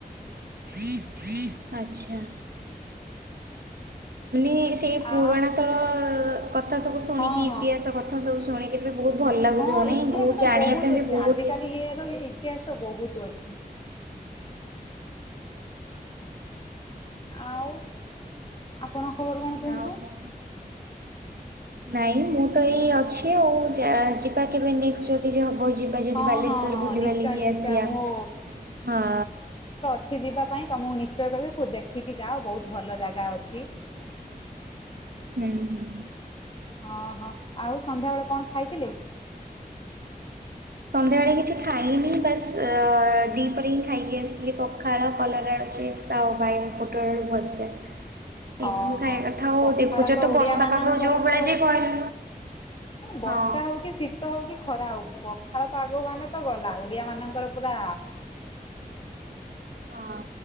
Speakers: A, on the right; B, on the left.
A: ଫ୍ରୀ ଫ୍ରୀ ଆଚ୍ଛା କି ସେଇ ପୁରୁଣାତଳ
B: ଆ
A: କଥା ସବୁ ଶୁଣିକି
B: ହଁ
A: ଇତିହାସ
B: ହଁ
A: କଥା ସବୁ ଶୁଣିକିରି ବି ବହୁତ ଭଲ ଲାଗୁଥିବ
B: ହଁ
A: ନାହିଁ
B: ଇତିହାସ
A: ମୁଁ
B: ତ
A: ଜାଣିବା
B: ବହୁତ
A: ପାଇଁ
B: ଅଛି
A: ବି ବହୁତ କିଛି
B: <unintelligible> ଇତିହାସ ତ ବହୁତ ଅଛି। ଆଉ ଆପଣଙ୍କ ଖବର କଣ କୁହନ୍ତୁ?
A: ଆଉ କଣ ନାଇଁ ମୁଁ ତ ଏଇ ଅଛି ଆଉ ଯା ଯିବା କେବେ ନେ ଯେ ହବ ଯିବା ଯଦି
B: ହଁ
A: ବାଲେଶ୍ଵର
B: ହଁ ହଁ
A: ବୁଲି
B: ନିଶ୍ଚୟ
A: ବଲିକି
B: ନିଶ୍ଚୟ
A: ଆସିବା
B: ମୁଁ
A: ହଁ
B: କିଛି ଯିବା ପାଇଁ ତ ମୁଁ ନିଶ୍ଚୟ କିହିବେ ଦେଖିକି ଯାଅ ବହୁତ ଭଲ ଜାଗା ଅଛି। <inaudible>
A: ହୁଁ ହୁଁ।
B: ଓହୋ ଆଉ ସନ୍ଧ୍ୟାବେେଳେ କଣ ଖାଇଥିଲେ?
A: ସନ୍ଧ୍ୟାବେଳେ କିଛି ଖାଇନି ବାସ୍ ଅ ଦ୍ୱିପରେ ହିଁ ଖାଇକି ଆସିଥିଲି ପଖାଳ କଲରାଳ ଚିପ୍ସ ତା ଭାଇନ ପୋଟଳର ଭଜା ଏଇସବୁ
B: ଓହୋ
A: ଖାଇବା କଥା ଆଉ
B: ପଖାଳ
A: ଦେଖୁଛ
B: ତ ଓଡିଆ
A: ବର୍ଷା
B: ମାନଙ୍କର
A: ପାଗ ଯୋଉ ଭଳିଆ
B: ତ
A: ଯେ କହିଲେ
B: ଅ ବର୍ଷା
A: ହଁ
B: ହଉ କି ଶୀ ହଉ କି ଖରା ହଉ ପଖାଳ ପାଗ ମାନେ ତ ଗଲା ଓଡିଆ ମାନଙ୍କର ପୁରା
A: ହଁ